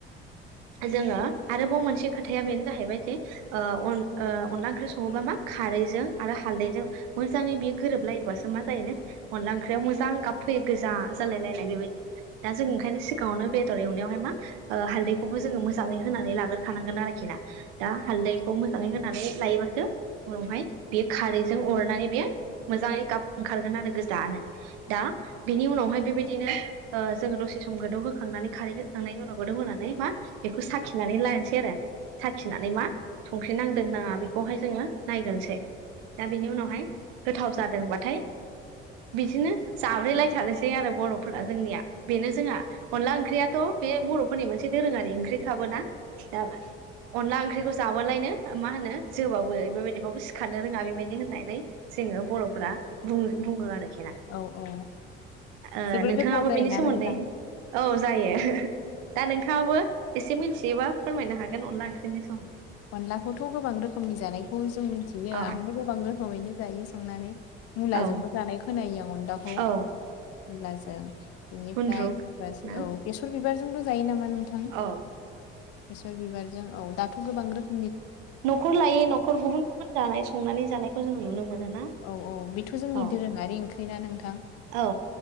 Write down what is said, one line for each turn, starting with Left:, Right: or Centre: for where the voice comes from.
Right: जोङो आरोबाव मोनसे खोथाया बेनो जाहैबाय जे अनला ओंख्रि सङोबा मा खारैजों आरो हालदैजों मोजाङै बेयो गोरोबलायोबासो मा जायो नों अनला ओंख्रियाव मोजां गाब फैयो गोजा जालाय लायनाय बेबायदि दा जों ओंखायनो सिगाङावनो बेदर एवनायावहाय मा हालदैखौबो जोङो मोजाङै होनानै लाग्रोखानांगोन आरोखि ना दा हालदैखौ होनानै लायोबासो उनावहाय बे खारैजों बेयो मोजाङै गाब ओंखारगोन आरो गोजानो दा बेनि उनावहाय बेबायदिनो जोङो दसे सम गोदौहोखांनानै खारै खांनायनि उनाव गोदोव होनानै मा बेखौ साखिनानै लानोसै एसे आरो साखिनानै मा संख्रि नांदोंनााङा बेखौहाय जोङो नायग्रोनोसै दा बेनि उनावहाय गोथाव जादोंबाथाय बिदिनो जाब्रैलायसै बर'फोरा जोंनिया बेनो जोंहा अनला ओंख्रियाथ' बे बर'फोरनि मोनसे दोरोङारि ओंख्रि खाबोना दा अला ओंख्रिखौ जाबालायनो मा होनो जोबाबो बेबायदिबो सिखारनो रोङा बेबायदि होननानै जोङो बर'फ्रा बुं बुङोआरो
Left: औ औ
Right: ओ
Left: जोबोर
Right: नोंथाङाबो
Left: गोथाव जायोना
Right: बेनि सोमोन्दै
Left: नोंथां
Right: औ जायो दा नोंथाङाबो एसे मिथियोबा फोरमायनो हागोन अनला ओंख्रिनि सोमोन्दै
Left: अनलाखौथ' गोबां रोखोमनि जानायखौ जों मिथियो
Right: औ
Left: आंबो गोबां रोखोमैनो जायो संनानै मुलाजोंबो
Right: औ
Left: जानाय खोनायो आं अनलाखौ
Right: औ
Left: मुलाजों बेनिफ्राय
Right: गुन्द्रुक
Left: सोरबा
Right: ना
Left: औ बेसर बिबारजोंबो जायो नामा नोंथां?
Right: औ
Left: बेसर बिबारजों औ दाथ' गोबां रोखोम
Right: न'खर लायै न'खर गुबुन गुबुन जानाय संनानै जानायखौ जोङो नुनो मोनो ना
Left: औ औ बेथ' जोंनि
Right: औ
Left: दोरोङारि ओंख्रि ना नोंथां
Right: औ